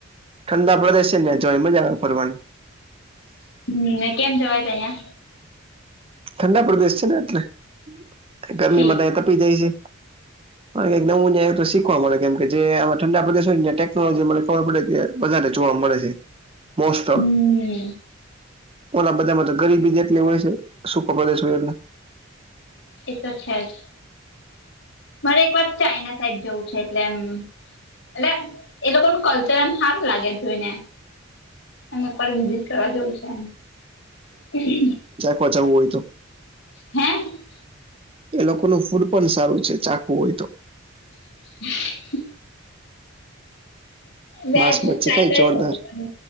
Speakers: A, on the right; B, on the left.
A: ઠંડા પ્રદેશ છે ને એ જવાય મજા આવે ફરવાની.
B: <unintelligible> કેમ જવાય તહિયાં?
A: ઠંડા પ્રદેશ છે ને એટલે તે ગરમીમાં
B: ઠીક
A: ત આઇ તપી જાય છે. યે નવુ યે શીખવા મળે કેમ કે જે ઠંડા પ્રદેશ હોયને યે ટેકનોલોજી મને ખબર પડે કે, વધારે જોવા મળે છે. મોસ્ટ
B: હમ
A: ઓફ ઓલા બધામાં તો ગરીબી જ એટલી હોય છે સુકોપ્રદેશ હોય એટલે,
B: એ તો છે જ મારે એક વાર ચાઈના સાઈડ જવું છે એટલે એમ. એટલે એ લોકોનું કલ્ચર એમ હારુ લાગે જોઈને, <unintelligible> વિઝિટ કરવા જવું છે <unintelligible>
A: પચાવવું હોય તો
B: હે?
A: એ લોકોનું ફૂડ પણ સારું છે ચાખવું હોય તો.
B: <inaudible> વેજ
A: માંસ
B: ટ્રાય
A: મચ્છી ખાય
B: કરી
A: જોરદાર
B: શકુ પણ